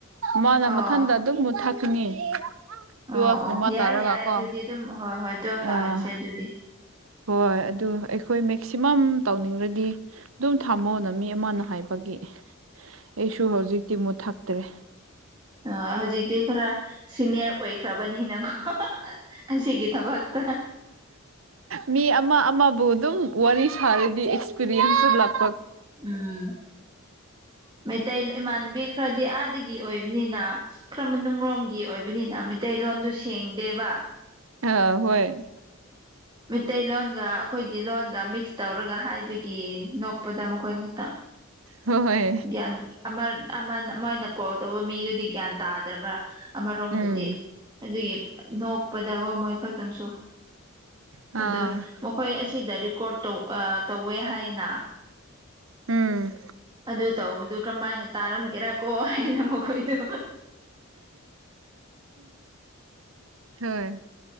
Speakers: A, on the right; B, on the right.
A: ꯃꯥꯅ
B: ꯑꯣ
A: ꯃꯊꯟꯗ ꯑꯗꯨꯝ ꯃꯨꯠꯊꯛꯀꯅꯤ ꯇꯨꯋꯦꯜꯐꯀꯨꯝꯕ
B: ꯑꯣ ꯑꯣ ꯌꯥꯏ
A: ꯇꯥꯔꯒ
B: ꯌꯥꯏ
A: ꯀꯣ
B: ꯑꯗꯨꯗꯤ ꯑꯗꯨꯝ ꯍꯣꯏ ꯍꯣꯏ ꯇꯨꯌꯦꯞ ꯇꯥꯍꯟꯁꯦ
A: ꯑꯥ
B: ꯑꯗꯨꯗꯤ
A: ꯍꯣꯏ ꯑꯗꯨ ꯑꯩꯈꯣꯏ ꯃꯦꯛꯁꯤꯃꯝ ꯇꯧꯅꯤꯡꯔꯗꯤ ꯑꯗꯨꯝ ꯊꯝꯃꯣꯑꯣꯅ ꯃꯤ ꯑꯃꯅ ꯍꯥꯏꯕꯒꯤ ꯑꯩꯁꯨ ꯍꯧꯖꯤꯛꯇꯤ ꯃꯨꯠ ꯊꯛꯇ꯭ꯔꯦ
B: <inaudible> ꯑ ꯍꯧꯖꯤꯛꯇꯤ ꯈꯔ ꯁꯤꯅꯤꯌꯔ ꯑꯣꯏꯈ꯭ꯔꯕꯅꯤꯅꯀꯣ ꯑꯁꯤꯒꯤ ꯊꯕꯛꯇ
A: ꯃꯤ ꯑꯃ ꯑꯃꯕꯨ ꯑꯗꯨꯝ ꯋꯥꯔꯤ ꯁꯥꯔꯗꯤ ꯑꯦꯛꯁꯄꯤꯔꯤꯌꯦꯟꯁꯁꯨ ꯂꯥꯛꯄ
B: ꯎꯝ ꯃ ꯇ ꯏꯃꯅꯕꯤ ꯈꯔꯗꯤ ꯑꯗ ꯗꯒꯤ ꯑꯣꯏꯕꯅꯤꯅ ꯈꯔ ꯃꯅꯨꯡꯂꯣꯝꯒꯤ ꯑꯣꯏꯕꯅꯤꯅ ꯃꯩꯇꯩꯂꯣꯟꯗꯨ ꯁꯦꯡꯗꯦꯕ
A: ꯑ ꯍꯣꯏ
B: ꯃꯩꯂꯣꯟꯒ ꯑꯩꯈꯣꯏꯒꯤ ꯂꯣꯟꯒ ꯃꯤꯛꯁ ꯇꯧꯔꯒ ꯍꯥꯏꯕꯒꯤ ꯅꯣꯛꯄꯗ ꯃꯈꯣꯏ ꯉꯇꯪ
A: ꯍꯣꯏ
B: ꯒ꯭ꯌꯥꯟ ꯑꯃꯅ ꯃꯣꯏꯅ ꯀꯣꯜ ꯇꯧꯕ ꯃꯤꯗꯨꯗꯤ ꯒ꯭ꯌꯥꯟ ꯇꯥꯗ꯭ꯔꯕ꯭ꯔꯥ ꯑꯃꯔꯣꯝꯗꯗꯤ
A: ꯎꯝ
B: ꯑꯗꯨꯒꯤ ꯅꯣꯛꯄꯗꯒ ꯃꯣꯏ ꯈꯛꯇꯪꯁꯨ
A: ꯑꯥ
B: ꯑ ꯃꯈꯣꯏ ꯑꯁꯤꯗ ꯔꯦꯀꯣꯔꯠꯧ ꯇꯧꯋꯦ ꯍꯥꯏꯌꯦꯅ
A: ꯎꯝ
B: ꯑꯗꯨ ꯇꯧ ꯀꯃꯥꯏꯅ ꯇꯥꯔꯝ ꯀꯦꯔ ꯀꯣ ꯅ ꯃ ꯀꯣꯏ ꯇ
A: ꯍꯣꯏ